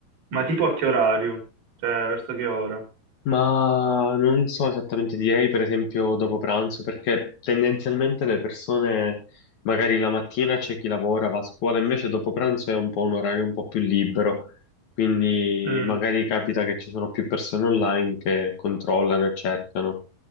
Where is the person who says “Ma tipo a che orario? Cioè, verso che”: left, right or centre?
Right